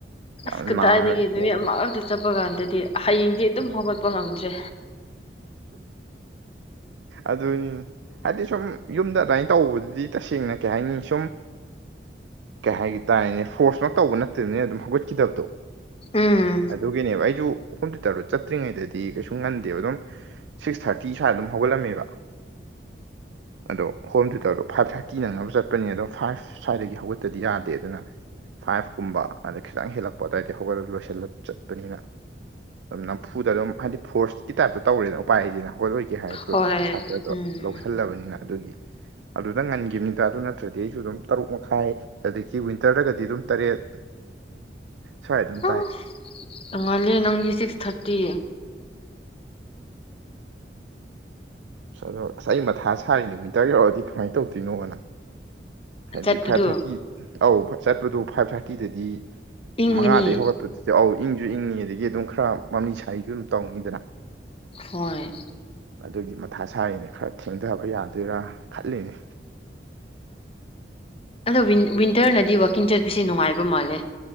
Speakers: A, on the left (about 30°); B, on the right (about 80°).
A: ꯑꯁ
B: ꯌꯥꯝ
A: ꯀꯗꯥꯏꯗꯒꯤ
B: ꯅꯥꯔꯒ
A: ꯅꯨꯃꯤꯠ
B: ꯈꯣꯡꯕꯗꯣ
A: ꯑꯃ ꯉꯛꯇ ꯆꯠꯄ ꯀꯥꯟꯗꯗꯤ ꯍꯌꯦꯡꯗꯤ ꯑꯗꯨꯝ ꯍꯧꯒꯠꯄ ꯉꯝꯗ꯭ꯔꯦ
B: ꯑꯗꯨꯅꯤ ꯍꯥꯏꯗꯤ ꯁꯨꯝ ꯌꯨꯝꯗ ꯑꯗꯥꯏꯅ ꯇꯧꯕꯗꯨꯗꯤ ꯇꯁꯦꯡꯅ ꯀꯩ ꯍꯥꯏꯅꯤ ꯁꯨꯝ ꯀꯩ ꯍꯥꯏ ꯇꯥꯥꯏꯅꯦ ꯐꯣꯔꯁ ꯃꯛ ꯇꯧꯕ ꯅꯠꯇꯕꯅꯤꯅ ꯑꯗꯨꯝ ꯍꯧꯒꯠꯈꯤꯗꯕꯗꯣ
A: ꯎꯝ
B: ꯑꯗꯨꯒꯤꯅꯦꯕ ꯑꯩꯁꯨ ꯍꯣꯝ ꯇꯨꯏꯇꯔ ꯆꯠꯇ꯭ꯔꯤꯉꯩꯗꯗꯤ ꯀꯩꯁꯨ ꯉꯟꯗꯦꯕ ꯑꯗꯨꯝ ꯁꯤꯛꯁ ꯊꯥꯔꯇꯤ ꯁ꯭ꯋꯥꯏꯗ ꯑꯗꯨꯝ ꯍꯧꯒꯠꯂꯝꯃꯦꯕ ꯑꯗꯣ ꯍꯣꯝ ꯇꯨꯏꯇꯔꯗꯣ ꯐꯥꯏꯚ ꯊꯥꯔꯇꯤ ꯅꯪꯅꯕ ꯆꯠꯄꯅꯤꯅ ꯑꯗꯣ ꯐꯥꯏꯚ ꯁ꯭ꯋꯥꯏꯗꯒꯤ ꯍꯧꯒꯠꯇꯗꯤ ꯌꯥꯗꯦꯗꯅ ꯐꯥꯏꯚꯀꯨꯝꯕ ꯑꯗ ꯈꯤꯇꯪ ꯍꯦꯜꯂꯛꯄ ꯑꯗꯥꯏꯗꯩ ꯍꯧꯒꯠꯂ ꯂꯣꯏꯁꯤꯜꯂ ꯆꯠꯄꯅꯤꯅ ꯑꯗꯨꯝ ꯅꯝꯐꯨꯗ ꯑꯗꯨꯝ ꯍꯥꯏꯗꯤ ꯐꯣꯔꯁꯀꯤ ꯇꯥꯏꯇ ꯇꯧꯔꯦꯅ ꯎꯄꯥꯏ ꯂꯩꯇꯦꯅ ꯍꯧꯒꯠꯂꯣꯏꯒꯦ ꯍꯥꯏꯔꯁꯨ
A: ꯍꯣꯏ
B: ꯁꯥꯇ꯭ꯔꯗꯣ
A: ꯎꯝ
B: ꯂꯧꯁꯜꯂꯕꯅꯤꯅ ꯑꯗꯨꯒꯤ ꯑꯗꯨꯗ ꯉꯟꯈꯤꯕꯅꯤꯗ ꯑꯗꯨ ꯅꯠꯇ꯭ꯔꯗꯤ ꯑꯩꯁꯨ ꯑꯗꯨꯝ ꯇꯔꯨꯛ ꯃꯈꯥꯏ ꯑꯗꯒꯤ ꯋꯤꯟꯇꯔꯗꯒꯗꯤ ꯑꯗꯨꯝ ꯇꯔꯦꯠ ꯁ꯭ꯋꯥꯏ ꯑꯗꯨꯝ
A: ꯑꯁ
B: ꯇꯥꯏ
A: ꯉꯜꯂꯦ ꯅꯪꯗꯤ ꯁꯤꯛꯁ ꯊꯥꯔꯇꯤ
B: ꯑꯁ ꯑꯗꯣ ꯑꯁ ꯑꯩ ꯃꯊꯥ ꯁꯥꯔꯤꯅꯤ ꯋꯤꯟꯇꯔ ꯌꯧꯔꯛꯑꯗꯤ ꯀꯃꯥꯏꯅ ꯇꯧꯗꯣꯏꯅꯣꯅ ꯍꯥꯏꯗꯤ
A: ꯆꯠꯄꯗꯣ
B: ꯐꯥꯏꯚ ꯊꯥꯔꯇꯤ ꯑꯧ ꯆꯠꯄꯗꯣ ꯐꯥꯏꯚ ꯊꯥꯔꯇꯤꯗꯗꯤ
A: ꯏꯪꯒꯅꯤ
B: ꯃꯉꯥꯗꯒꯤꯩ ꯍꯧꯒꯠꯄꯗꯨꯗꯤ ꯑꯧ ꯏꯪꯁꯨ ꯏꯪꯉꯤ ꯑꯗꯒꯤ ꯑꯗꯨꯝ ꯈꯔ ꯃꯃꯤ ꯁꯥꯔꯤꯁꯨ ꯑꯗꯨꯝ ꯇꯧꯅꯤꯗꯅ
A: ꯍꯣꯏ
B: ꯑꯗꯨꯒꯤ ꯃꯊꯥ ꯁꯥꯔꯤꯅꯦ ꯈꯔ ꯊꯦꯡꯊꯕ ꯌꯥꯗꯣꯏꯔꯥ ꯈꯟꯂꯤꯅꯤ
A: ꯑꯗꯣ ꯋꯤꯟꯇꯔꯅꯗꯤ ꯋꯥꯛꯀꯤꯡ ꯆꯠꯄꯁꯦ ꯅꯨꯡꯉꯥꯏꯕ ꯃꯥꯜꯂꯦ